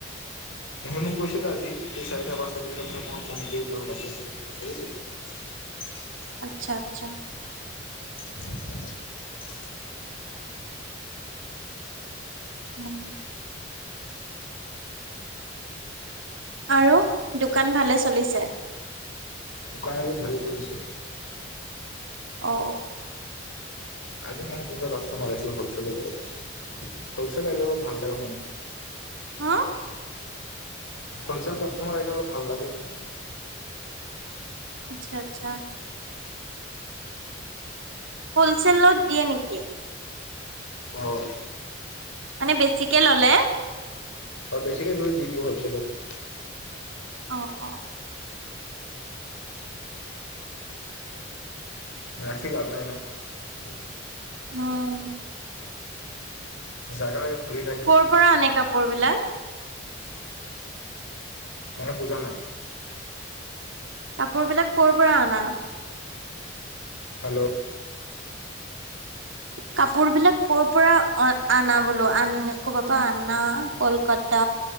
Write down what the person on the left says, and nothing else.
সে মোক কৈছিল আজি সি চাৰিটা -পাঁচটা পিছত আপোনাক মই ফোন কৰিম বা মেছেজ দি দিম <unintelligible> <inaudible>
<inaudible>
দোকান আজি ভালে চলিছে।
আজি মানে দুটা কাষ্টমাৰ আহছিল হ'লছেল <unintelligible> হ'লছেল আহিলে ভাল লাগে মনটো।
হ'লচেল কাষ্টমাৰ আহিলে অলপ ভাল লাগে।
অহ
আৰু বেছিকে দূৰ দি দেও হ'লচেলত।
ৰাখি লাভ নাই ন',
জাগা হৈ ভৰি থাকে।
মনে পূজা নাই।
হেল্ল'